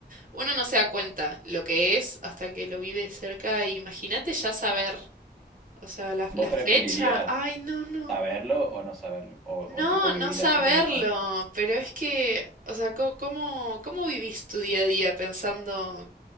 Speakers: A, on the right; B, in the centre.
A: Uno no se da cuenta lo que es hasta que lo vive de cerca. Imagínate ya saber, o sea, la,
B: ¿Vos
A: la
B: preferirías
A: fecha. Ay, no, no.
B: saberlo o no saberlo? O,
A: No,
B: o tipo vivir
A: no saberlo,
B: así como estamos.
A: pero es que, o sea, co- ¿cómo, cómo vivís tu día a día pensando,